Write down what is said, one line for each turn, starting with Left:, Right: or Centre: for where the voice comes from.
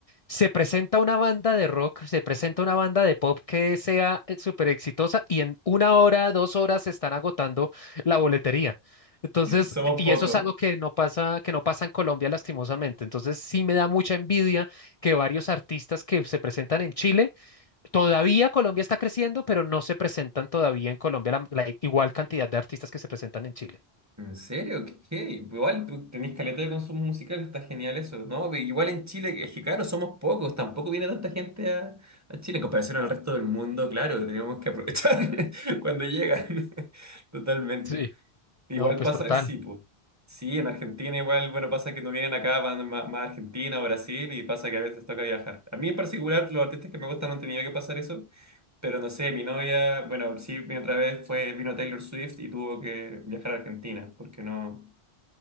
Left: se presenta una banda de rock, se presenta una banda de pop que sea eh, súper exitosa y en una hora, dos horas se están agotando la boletería. Entonces,
Right: somos
Left: e, y
Right: pocos.
Left: eso es algo que no pasa, que no pasa en Colombia lastimosamente. Entonces, sí me da mucha envidia que varios artistas que se presentan en Chile Todavía Colombia está creciendo, pero no se presentan todavía en Colombia la, la igual cantidad de artistas que se presentan en Chile.
Right: ¿En serio? ¿Qué? qué? Igual tú tenés caleta de consumo musical, está genial eso, ¿no? Pero Igual en Chile, es que claro, somos pocos, tampoco viene tanta gente a, a Chile en comparación al resto del mundo, claro, tenemos que aprovechar <laughs> cuando llegan, <laughs> totalmente.
Left: Sí,
Right: Igual
Left: no, pues
Right: pasa,
Left: total.
Right: sí, pues. Sí, en Argentina igual, bueno, pasa que no vienen acá, van ma- más, a Argentina o Brasil y pasa que a veces toca viajar. A mí en particular, los artistas que me gustan no han tenido que pasar eso, pero no sé, mi novia, bueno, sí, mi otra vez fue, vino Taylor Swift y tuvo que viajar a Argentina, porque no,